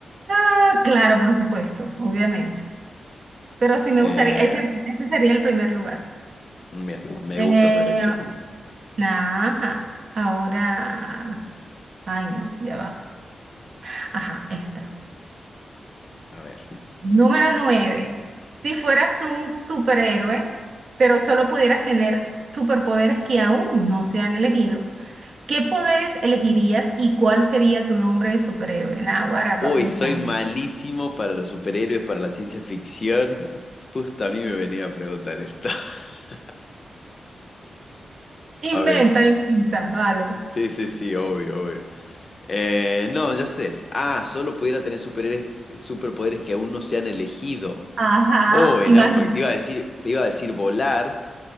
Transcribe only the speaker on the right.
Ah, claro, por supuesto, obviamente. Pero sí me
gustaría, ese, ese sería el primer lugar.
Eh,
ajá, ahora, ay no, ya va. Ajá, esta.
Número nueve. Si fueras un superhéroe, pero solo pudieras tener superpoderes que aún no se han elegido. ¿Qué poderes elegirías y cuál sería tu nombre de superhéroe? Naguará, para
pensar.
Inventa,
inventa, vale.
Ajá,
imagina.